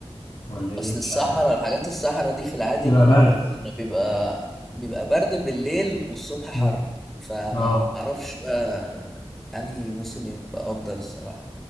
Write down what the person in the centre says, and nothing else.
اصل
الصحراء
الحاجات الصحراء دي في العادي
اللي انا
اعرفه ان بيبقى بيبقى برد بالليل والصبح حر
فما
اعرفش بقى انهي موسم يبقى افضل الصراحة